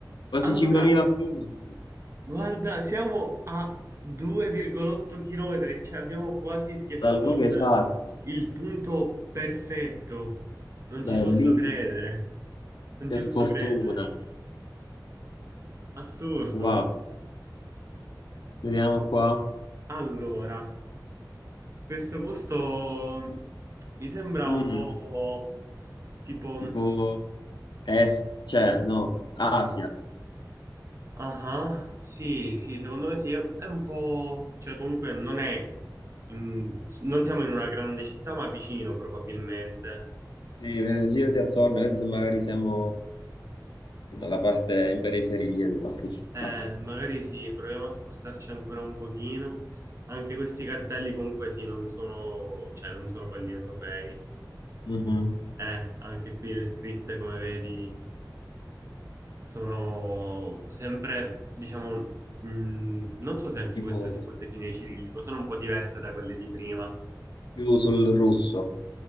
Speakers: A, on the left (about 80°); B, on the right (about 40°).
A: quasi
B: Allora,
A: 5.000 punti,
B: guarda, siamo a 2,8 km, cioè abbiamo quasi schiacciato
A: dal luogo
B: il,
A: esatto,
B: il punto perfetto. Non
A: bellissimo,
B: ci posso credere. Non
A: che
B: ci posso
A: fortuna.
B: credere. Assurdo.
A: Wow, vediamo qua.
B: Allora. Questo posto mi sembra
A: Mm.
B: un po' tipo...
A: tipo est, cioè no, Asia.
B: Ah, sì, sì, secondo me sì, è un po'... Cioè comunque non è... in- non siamo in una grande città, ma vicino probabilmente.
A: Sì, eh, girati attorno, vedi se magari siamo nella parte in periferia di qualche città.
B: Eh, magari sì, proviamo a spostarci ancora un pochino. Anche questi cartelli comunque sì, non sono... cioè non sono quelli europei.
A: Mhm.
B: Eh, anche qui le scritte, come vedi... Sono sempre, diciamo, mh, non so se anche
A: Tipo
B: questo si può definire cirillico, sono un po' diverse da quelle di prima.
A: più sul russo,